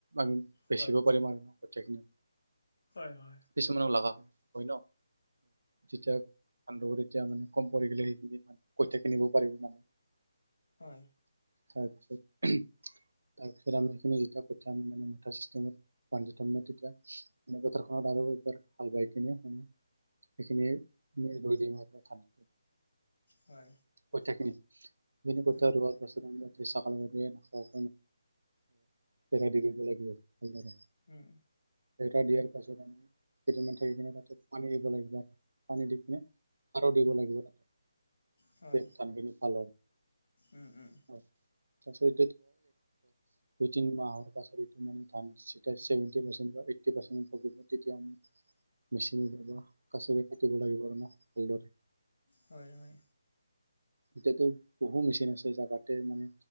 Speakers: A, on the right; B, on the left.
A: আমি
B: হয়
A: বেচিব পাৰিম আৰু। কঠিয়া খিনি।
B: হয়-হয়।
A: কিছুমানক লগা হয় ন, যেতিয়া <unintelligible> এতিয়া মানে কম পৰি গ'লে সেইখিনি কঠিয়া কিনিব পাৰিব মানে।
B: হয়।
A: তাৰপিছত-তাৰপিছত আমি সেইখিনি যেতিয়া কঠিয়া আনি মানে মুঠা চিষ্টেমত বান্ধি থ'ম ন তেতিয়া, মানে পথাৰখনত আৰু এইবাৰ হাল বাই কিনে মানে সেইখিনি <unintelligible>
B: হয়।
A: কঠিয়াখিনি, সেইখিনি কঠিয়া
B: উম
A: ৰোৱাৰ পাছত তাৰমানে <unintelligible>
B: উম।
A: <unintelligible> দিয়াৰ পাছত আমি কেইদিনমান থাকি কিনে তাতে পানী দিব লাগিব আৰু পানী দি কিনে সাৰো দিব লাগিব, তেতিয়া
B: হয়
A: কামখিনি ভাল হয়।
B: উম, উম।
A: হয়, <unintelligible> দুই তিনি মাহ হোৱাৰ পাছত ৰুই কিনে ধান ছেভেনতি পাৰচেণ্ট বা এইটতি পাৰ্চেন্ট তেতিয়া আমি মেচিনে বা কাচৰে কাটিব লাগিব আমাক ভালদৰে
B: হয়-হয়।
A: এতিয়াতো বহু মেচিন আছে, যা কাতে মানে